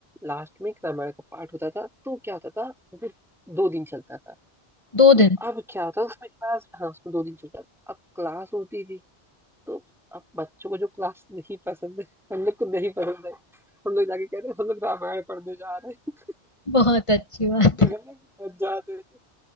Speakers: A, in the centre; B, on the left.
A: लास्ट में एक रामायण का पाठ होता था तो क्या होता था वो दो दिन चलता था
B: दो
A: तो
B: दिन
A: अब क्या होता उसमें क्लास हाँ उसमें दो दिन चलता था अब क्लास होती थी तो अब बच्चों को जो क्लास नहीं पसंद है हम लोग को नहीं पसंद है हम लोग जाके कहते हैं हम लोग रामायण पढ़ने जा रहे हैं
B: बहुत अच्छी बात
A: तो
B: है।
A: हम लोग बच जाते थे